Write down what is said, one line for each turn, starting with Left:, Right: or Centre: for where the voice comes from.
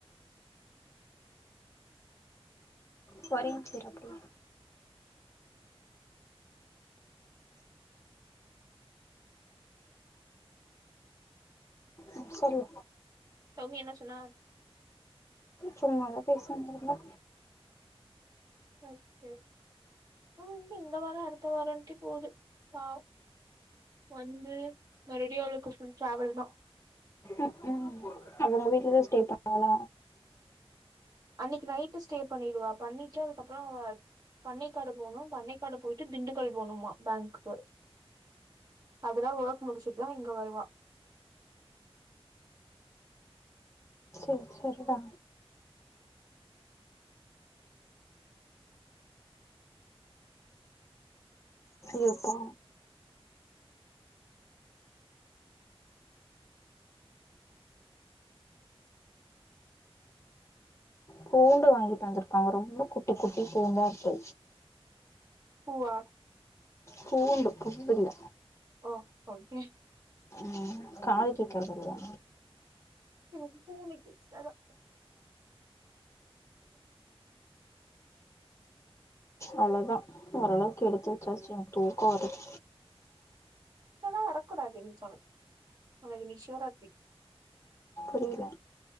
Left: கொறைங் சிறப்பு ம் சொல்லு
Right: சௌமி என்ன சொன்னா
Left: சும்மாதா பேசின் இருந்த
Right: ஓகே அவ்ங்க்கு இந்த வார அடுத்த வாரண்டு போது பாவ் வந்து மறுடியூ அவளுக்கு ஃபுள் டிராவல் தா
Left: ம் ம் அப்ப உங்க வீட்லதா ஸ்டே பண்ணறாலா
Right: அன்னிக்கு நைட்டு ஸ்டே பண்ணிடுவா பண்ணிட்டு அதுக்கப்புற அவ பண்ணைக்காடு போனும் பண்ணைக்காடு போயிட்டு திண்டுக்கல் போணுமா பேங்க்கு அதல்லா வொர்க்கு முடிச்சுட்டுதா இங்க வருவா
Left: விச்சரிடா யப்பா பூண்டு வாங்கிட்டு வந்திருக்காங்க ரொம்ப குட்டி குட்டி பூண்டாருக்கு
Right: உவா
Left: பூண்டு புண்ணுல்ல
Right: ஓ ஓகே
Left: ம் காது கேக்கறதில்யா
Right: எனக்கு பூனு கேட்ச்சி அதா <inaudible>
Left: அவ்ளதா ஓரளவுக்கு எடுத்து வச்சாச்சு என்கு தூக்கம் வருது
Right: லா வரக்குடாதுன்சா உனக்கின்னைக்கு சிவராத்ரி
Left: புரில